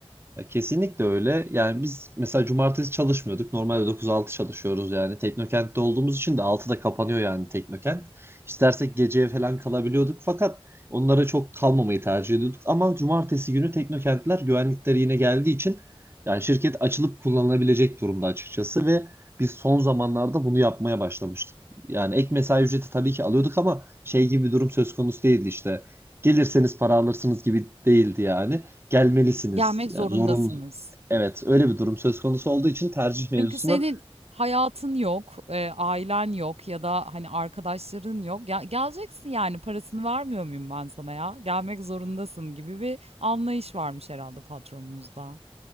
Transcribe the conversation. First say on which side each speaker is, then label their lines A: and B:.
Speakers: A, on the right (about 25°); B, on the right (about 85°).
A: Ya Kesinlikle öyle. Yani biz mesela cumartesi çalışmıyorduk. Normalde 9-6 çalışıyoruz yani. Teknokent'te olduğumuz için de 6'da kapanıyor yani Teknokent. İstersek geceye falan kalabiliyorduk. Fakat onlara çok kalmamayı tercih ediyorduk. Ama cumartesi günü Teknokentler güvenlikleri yine geldiği için yani şirket açılıp kullanılabilecek durumda açıkçası ve biz son zamanlarda bunu yapmaya başlamıştık. Yani ek mesai ücreti tabii ki alıyorduk ama şey gibi bir durum söz konusu değildi işte. Gelirseniz para alırsınız gibi değildi yani gelmelisiniz.
B: Gelmek
A: Yani
B: zorundasınız.
A: zorunlu. Evet, öyle bir durum söz konusu olduğu için tercih mevzusuna
B: Çünkü senin hayatın yok, eee, ailen yok ya da hani arkadaşların yok. Ya, geleceksin yani parasını vermiyor muyum ben sana ya? Gelmek zorundasın gibi bir anlayış varmış herhalde patronunuzda.